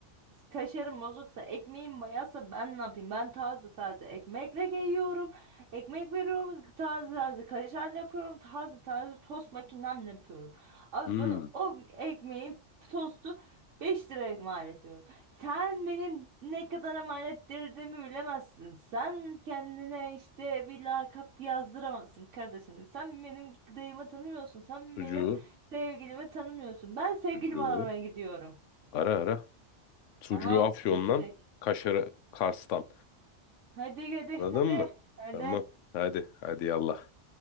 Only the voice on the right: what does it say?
Kaşarım bozuksa, ekmeğim bayatsa ben ne yapayım? Ben taze taze ekmekle yiyorum. Ekmek veriyorum, taze taze kaşarla yapıyorum, taze taze tost makinemle yapıyorum. Abi
ben o ekmeği, tostu 5 liraya mal ediyorum. Sen benim ne kadar mal ettirdiğimi bilemezsin. Sen kendine işte bir lakap yazdıramazsın kardeşim. Sen benim dayımı tanımıyorsun. Sen
benim sevgilimi tanımıyorsun. Ben sevgilimi
aramaya gidiyorum.
Tamam,
gelecek.
Hadi hadi
hadi.
Hadi.